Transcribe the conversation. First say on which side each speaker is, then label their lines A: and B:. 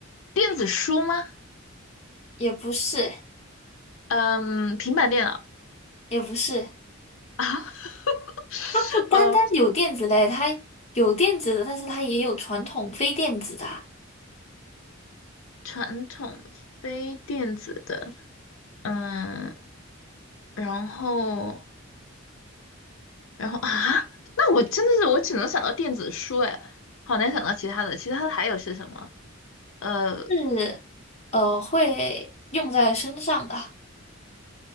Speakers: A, on the left; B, on the left.
A: 电子书吗？
B: 也不是，
A: 嗯，平板电脑
B: 也不是，
A: 啊，<laughs>
B: 它不单单有电子类，
A: 呃。
B: 它有电子的，但是它也有传统非电子的，
A: 传统非电子的，嗯，然后，然后啊，那我真的是我只能想到电子书，哎，好难想到其他的。其他的还有是什么？呃，
B: 是呃会用在身上的。